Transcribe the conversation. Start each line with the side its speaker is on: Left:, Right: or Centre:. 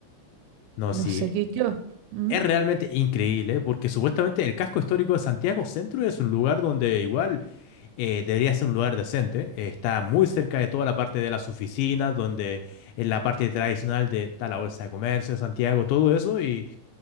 Left: No,
Right: no
Left: sí,
Right: sé qué, qué. ¿Mm?
Left: es realmente increíble ¿eh? porque supuestamente el casco histórico de Santiago Centro es un lugar donde igual eh, debería ser un lugar decente. Eh, está muy cerca de toda la parte de las oficinas, donde en la parte tradicional de, está la Bolsa de Comercio de Santiago, todo eso, y